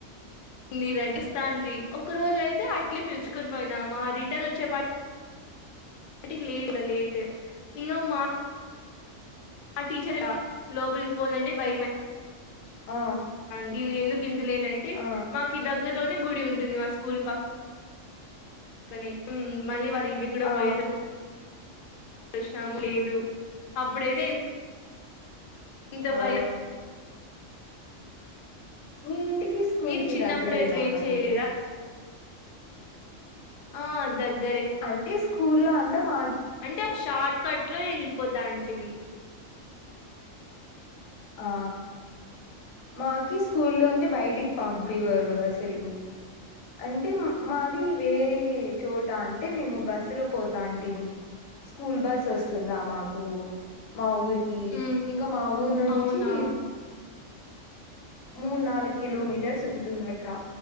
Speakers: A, on the left; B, on the left.
A: నీ రెండు స్నీ ఒక రోజు అయితే అట్లే పిలుచుకొని పోయినామా రిటర్న్ వచ్చే పాటు టికి లేట్ల లేేట్ ఇంగ మా ఆ టీచర్ లోపలికి పోాలంటే భయ
B: ఆ
A: దీ ఎందుకు ఇంతలేట్ంటే
B: ఆ
A: మాకు దగ్గరలోనే గుడి ఉంటుంది మా స్కూల్ పక్క కాని మళ్ళీ వాళ్ళ ఇంటికి కూడా
B: ఆ
A: పోయేసారు పరిశనామ లేదు అప్పుడైతే ఇంత
B: అఓ
A: భయం
B: మీ ఇంటికి స్కూల్
A: మీరు
B: కి
A: చిన్నప్పుడు
B: దగ్గరేనా
A: ఎట్లా ఏం
B: మరి
A: చేయలేదా ఆ దగ్
B: అంటే స్కూల్ లో అంత మాగి
A: అంటే షార్ట్ కట్ లో వెళ్ళిపోతా అంటడి మీ
B: ఆ మాకి స్కూ లో నుంచి బయటికి పంపేవారు అసలు అంటే మాది వేరే చోట అంటే మేము బస్సు లో పోతా అంటే మీ స్కూల్ బస్ వస్తుందా మాకు మా ఊరి
A: హ్మ్
B: ఇంకా మా ఊరు నుంచి
A: అవునా
B: మూడు నాలుగు కిలోమీటర్స్ ఉంటుందట